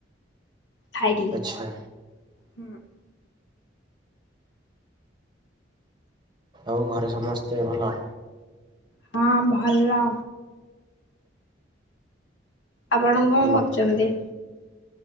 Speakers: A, on the left; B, on the right.
A: ଖାଇଲି।
B: ଆଚ୍ଛା।
A: ହୁଁ।
B: ଆଉ ଘରେ ସମସ୍ତେ ଭଲ।
A: ହଁ ଭଲ। ଆପଣ କଣ
B: ହୁଁ
A: କରୁଛନ୍ତି।
B: ହୁଁ